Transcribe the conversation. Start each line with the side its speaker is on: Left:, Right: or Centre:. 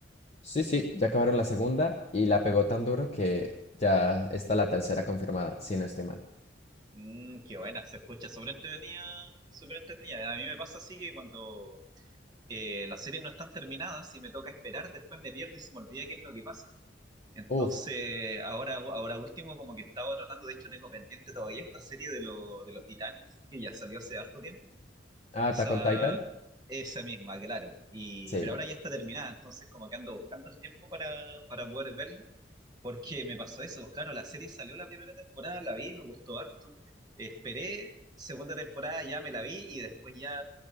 Left: Sí, sí, ya acabaron la segunda y la pegó tan duro que ya está la tercera confirmada, si no estoy mal.
Right: Mm, qué buena, se escucha súper entretenida, súper entretenida. A mí me pasa así que cuando eh, las series no están terminadas y me toca esperar, después me pierdo y se me olvida qué es lo que pasa. Entonces,
Left: Uf,
Right: ahora, ahora último, como que estaba tratando, de hecho tengo pendiente todavía esta serie de, lo- de los Titanes, que ya salió hace harto tiempo.
Left: ah,
Right: Esa,
Left: Attack on Titan.
Right: esa misma, claro. Y,
Left: Sí,
Right: pero ahora ya está terminada, entonces como que ando buscando el tiempo para, para poder verla, porque me pasó eso, pues claro, la serie salió la primera temporada, la vi, me gustó harto, esperé, segunda temporada ya me la vi y después ya